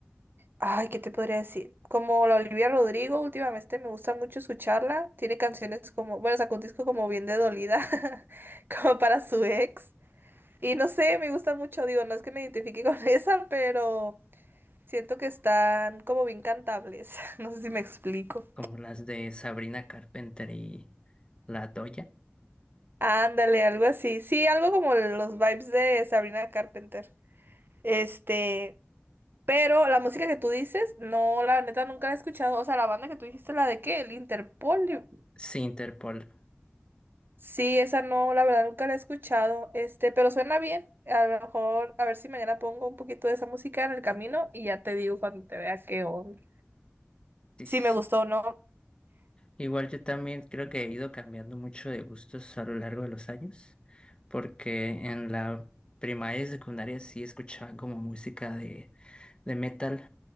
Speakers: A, on the right (about 50°); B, on the left (about 20°).
A: ay, ¿qué te podría decir? Como la Olivia Rodrigo, últimamente me gusta mucho escucharla. Tiene canciones como, bueno, sacó un disco como bien de dolida, <laughs> como para su ex. Y no sé, me gusta mucho, digo, no es que me identifique con <laughs> esa, pero siento que están como bien cantables. <laughs> No sé si me explico.
B: como las de Sabrina Carpenter y La Doya.
A: Ándale, algo así. Sí, algo como los vibes de Sabrina Carpenter. Este, pero la música que tú dices, no, la neta nunca la he escuchado. O sea, la banda que tú dijiste, la de qué, el Interpolio.
B: Sí, Interpol.
A: Sí, esa no, la verdad nunca la he escuchado. Este, pero suena bien. A lo mejor, a ver si mañana pongo un poquito de esa música en el camino y ya te digo cuando te vea qué onda.
B: Sí,
A: Si
B: sí,
A: me gustó
B: sí.
A: o no.
B: Igual yo también creo que he ido cambiando mucho de gustos a lo largo de los años, porque en la primaria y secundaria sí escuchaba como música de, de metal